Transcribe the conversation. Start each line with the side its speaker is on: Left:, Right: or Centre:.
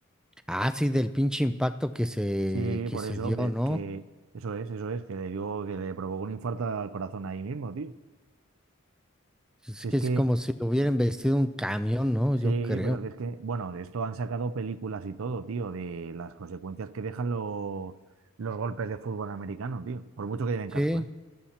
Centre: Ah, sí, del pinche impacto que se,
Right: Sí,
Centre: que
Right: por
Centre: se
Right: eso
Centre: dio,
Right: que,
Centre: ¿no?
Right: que eso es, eso es, que le dio, que le provocó un infarto al corazón ahí mismo, tío.
Centre: Es
Right: Si
Centre: que
Right: es que,
Centre: es como si lo hubieran vestido un camión, ¿no?
Right: sí,
Centre: Yo creo.
Right: pero que es que, bueno, de esto han sacado películas y todo, tío, de las consecuencias que dejan los, los golpes de fútbol americano, tío. Por mucho que lleven
Centre: Sí,
Right: casco, ¿eh?